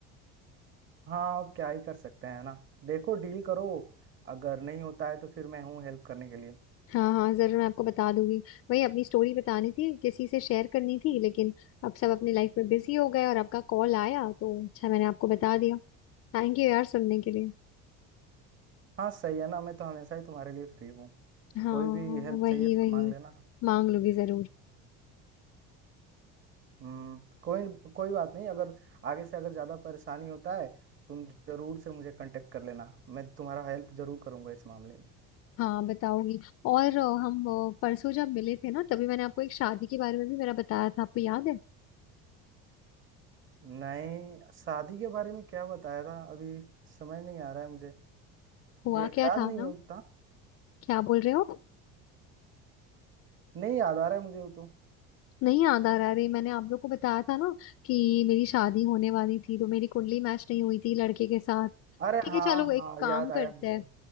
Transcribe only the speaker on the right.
हाँ अब क्या ही कर सकते हैं ना देखो डील करो अगर नहीं होता है तो फिर मैं हूँ हेल्प करने के लिए
हाँ सही है ना मैं तो हमेशा ही तुम्हारे लिए फ्री हूँ
कोई भी हेल्प
चाहिए तो
मांग लेना
हम्म कोई कोई बात नहीं अगर आगे से अगर ज्यादा परेशानी होता है तुम जरूर से मुझे कांटेक्ट कर लेना मैं तुम्हारा हेल्प जरूर करूंगा इस मामले में
नहीं शादी के बारे में क्या बताया था अभी समझ नहीं आ रहा है मुझे
ये
याद
नहीं
है उतना
नहीं याद आ रहा है मुझे वो तो
अरे
हाँ
हाँ
याद
आया मुझे